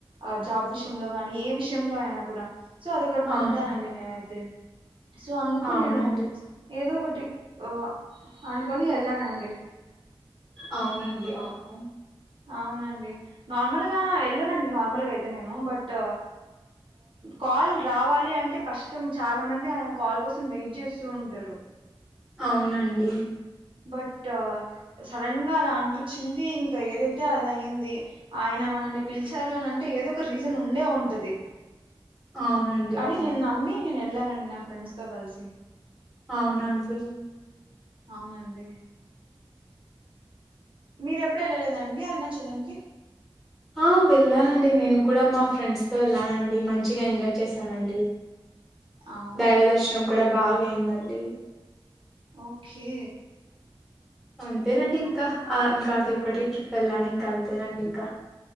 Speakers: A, on the right (about 65°); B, in the centre.
A: ఆ జాబ్ విషయంలో గానీ ఏ విషయంలో అయినా కూడా సో అద ఒకటి నమ్తానండి
B: అవును
A: నేనైతే సో అందుకు
B: అవునండి
A: నేను ఏదో ఒకటి టిక్ ఓ అనుకుని వెళ్ళానండి
B: అవునండి అవును
A: అవునండి నార్మల్గా వెళ్ళనండి నార్మల్గా అయితే నేను బట్ కాల్ రావాలి అంటే కష్టం చాలా మంది ఆయన కాల్ కోసం వెయిట్ జేస్తూ ఉంటరు
B: అవునండి
A: బట్ సడన్ గా అలా అనిపించింది ఇంకా ఏదైతే అది అయింది ఆయన మనల్ని పిలిచారు అని అంటే ఏదో ఒక రీజన్ ఉండే ఉంటది
B: అవునండి
A: అని
B: అవును
A: నమ్మీ నను ఎల్ల రండి నా ఫ్రెండ్స్ తో కలిసి
B: అవునాండి
A: అవునండి మీరు ఎప్పుడు వెళ్ళలేదండి అరుణాచలం కి
B: ఆ వెళ్ళానండి నేను కూడా మా ఫ్రెండ్స్తో వెళ్ళానండి మంచిగా ఎంజాయ్ చేశానండి
A: అవునా
B: దైవ దర్శనం కూడా బాగ్ యిందండి
A: ఓకే
B: అంతేనండి ఇంకా ఇంకా అది ఒకటి ట్రిప్ వేళ్లను ఇంకా అంతేనండి ఇంకా